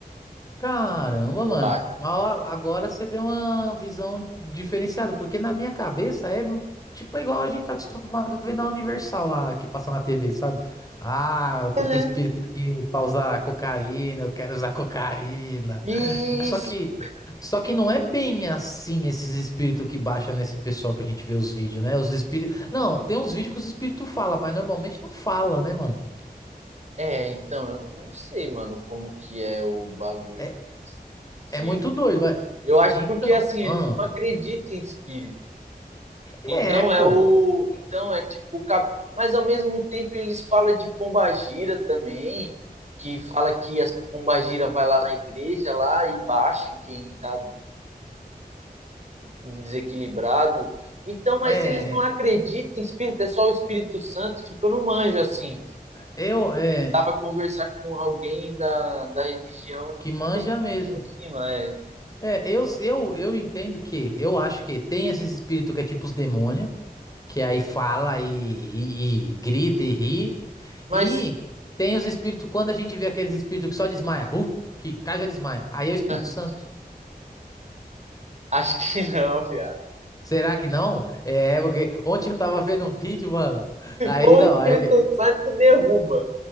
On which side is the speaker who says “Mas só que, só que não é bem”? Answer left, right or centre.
Left